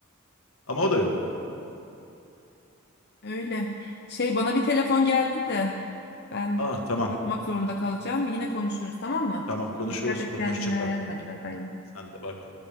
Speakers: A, on the left; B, on the left.
A: Ama o da yok.
B: Öyle. Şey bana bir telefon geldi de ben
A: Aa tamam.
B: kapatmak zorunda kalacağım. Yine konuşuruz tamam mı?
A: Tamam konuşuruz.
B: Dikkat et
A: Hoşça
B: kendine.
A: kal.
B: Hadi bay bay.
A: Sen de bay bay.